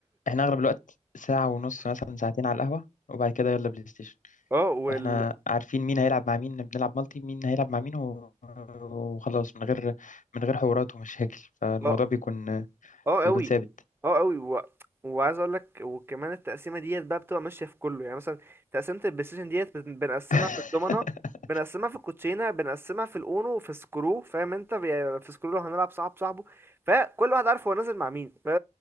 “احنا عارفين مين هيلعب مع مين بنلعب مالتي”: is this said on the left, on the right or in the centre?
Left